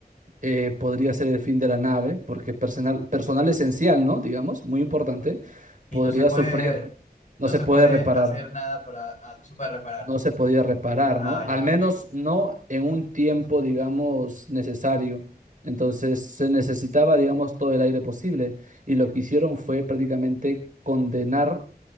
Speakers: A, on the right; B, on the left.
A: eh, podría ser el fin de la nave, porque personal, personal esencial, ¿no? Digamos, muy importante, podría
B: Y no se puede,
A: sufrir,
B: no
A: no se
B: se
A: puede
B: puede
A: reparar
B: hacer nada para, ah, no se puede reparar.
A: no se podía reparar,
B: Ah,
A: ¿no?
B: ya,
A: Al menos
B: ok.
A: no en un tiempo, digamos, necesario. Entonces se necesitaba, digamos, todo el aire posible y lo que hicieron fue prácticamente condenar